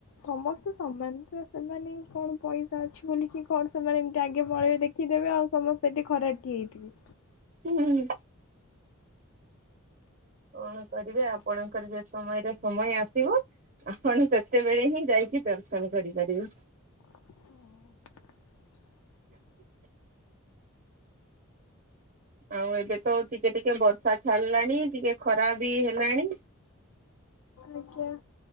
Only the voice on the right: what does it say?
ହୁଁ। କଣ କରିବେ ଆପଣଙ୍କର ଯେ ସମୟରେ ସମୟ ଆସିବ, ଆପଣ ସେତେବେଳେ ହିଁ ଯାଇ କି ଦର୍ଶନ କରିପାରିବ।
ଆଉ ଏବେ ତ ଟିକେ ଟିକେ ବର୍ଷା ଛାଡିଲାଣି ଟିକେ ଖରା ବି ହେଲାଣି।